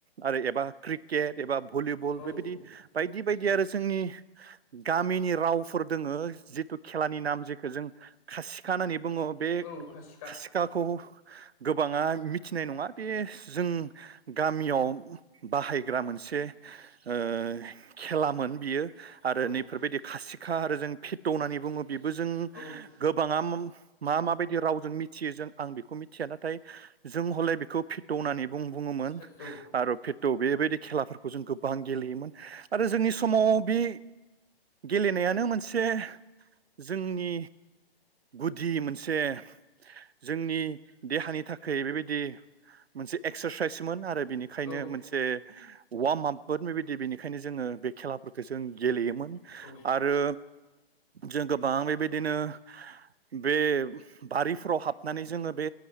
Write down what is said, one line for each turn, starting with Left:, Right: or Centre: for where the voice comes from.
Right: आरो एबा क्रिकेट एबा भलिबल
Left: औ
Right: बेबायदि बायदि बिबायदि बायदि आरो जोंनि गामिनि रावफोर दोङो जिथु खेलानि नाम जेखौ जों खासि खानानि बुङो बे
Left: औ खासिखा
Right: खासिखाखौ गोबाङा मिथिनाय नङा बे जों गामियाव बाहायग्रा मोनसे ओ खेलामोन बियो। आरो
Left: औ
Right: नैफोरबायदि खासि खा आरो जों फिट' होननानै बुङो बेबो जों
Left: औ
Right: गोबाङा मा मा बायदि रावजों मिथियो जों आं बेखौ मिथिया नाथाय जों हले बेखौ फिथनानै बुं बुङोमोन
Left: थोद
Right: आरो फि थ' बेबायदि खेलाफोरखौ जों गोबां गेलेयोमोन आरो जोंनि समाव बे गेलेनायानो मोनसे जोंनि गुदि मोनसे जोंनि देहानि थाखाय बेबायदि मोनसे एक्सारसाइसमोन आरो बिनिखायनो
Left: औ
Right: मोनसे वार्मआप बेबायदि बेनिखायनो जोङो बे खेलाफोरखौ जों गेलेयोमोन ।
Left: औ
Right: आरो जों गोबां बेबायदिनो बे बारिफोराव हाबनानै जोङो बे